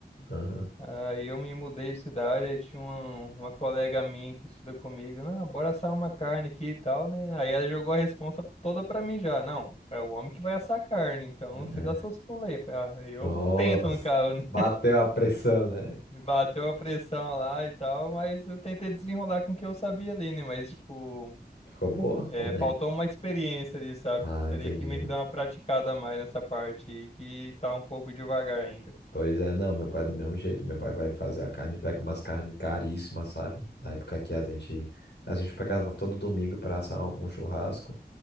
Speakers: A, on the left; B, on the left.
A: Aham.
B: Aí eu me mudei de cidade, aí tinha uma, uma colega minha que estuda comigo, ah, bora assar uma carne aqui e tal, né? Aí ela jogou a responsa toda pra mim já, não, é o homem que vai assar a carne, então
A: É.
B: você dá seus pulei. Eu falei, Ah, eu
A: Nossa,
B: tento no carro, né?
A: bateu a pressão, né?
B: <laughs> Bateu a pressão lá e tal, mas eu tentei desenrolar com o que eu sabia ali, né? Mas, tipo,
A: Ficou boa
B: é,
A: ou nem?
B: faltou uma experiência ali, sabe?
A: Ah,
B: Teria
A: entendi.
B: que meio que dar uma praticada a mais nessa parte aí, que tá um pouco devagar ainda.
A: Pois é, não, meu pai é do mesmo jeito, meu pai vai fazer a carne, pega umas carnes caríssimas, sabe? Na época que a gente, a gente pegava todo domingo para assar um churrasco,